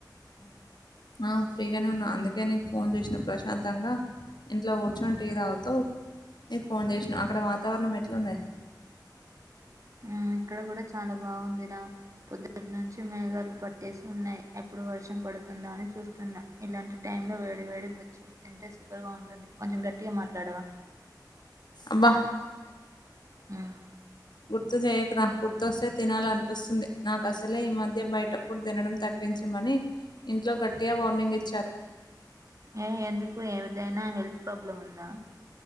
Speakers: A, on the left (about 75°); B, on the right (about 45°).
A: <inaudible> ఆ ఫ్రీ గానే ఉన్నా అందుకే నీకు ఫోన్ చేసినా ప్రశాంతంగా ఇంట్లో కూర్చుని టి తాగుతూ నీకు ఫోన్ చేసినా అక్కడ వాతావరణం ఎట్లున్నది
B: ఉమ్ ఇక్కడ కూడా చాలా బాగుందిరా పొద్దుటి నుంచి మేఘలు పట్ ట్టేసి ఉన్నాయి ఎప్పుడు వర్షం పడుతుందా అని చూస్తున్నా ఇలాంటి టైమ్ లో వేడి వేడి బజ్జీలు తింటే సూపర్ గా ఉంటుంది కొంచెం గట్టిగా మాట్లాడవా
A: అబ్బా
B: ఉమ్
A: గుర్తుచేయకు రా గుర్తు వస్తే తినాలనిపిస్తుంది నాకు అసలే ఈ మధ్య బయట పుడ్ తినడం తగ్గించమని ఇంట్లో గట్టిగా వార్నింగ్ ఇచ్చారు
B: ఏ ఎందుకు ఏదైనా హెల్త్ ప్రాబ్లం ఉందా